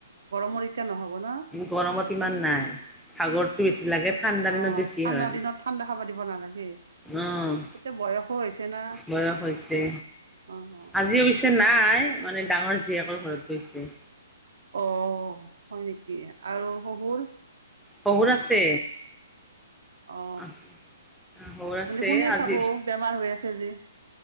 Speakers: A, on the right; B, in the centre.
A: গৰমৰ নহব ন
B: গৰমত ইমান নাই, সাগৰটো বেছি লাগে, ঠাণ্ডা
A: অ'
B: দিনত বেছি
A: ঠাণ্ডা
B: হয়,
A: দিনত ঠাণ্ডা খাব দিব নালাগে
B: অ'
A: এতিয়া বয়সো হৈছে না
B: বয়স হৈছে,
A: অ',
B: আজিও পিছে নাই মানে ডাঙৰ জীয়েকৰ ঘৰত গৈছ <inaudible>
A: অ' হয় নেকি? আৰু শহুৰ?
B: বহুত আছে
A: অ
B: আছে শহুৰ
A: মানে
B: আছে
A: কোনে
B: আজি
A: চাব বেমাৰ হৈ আছে <inaudible>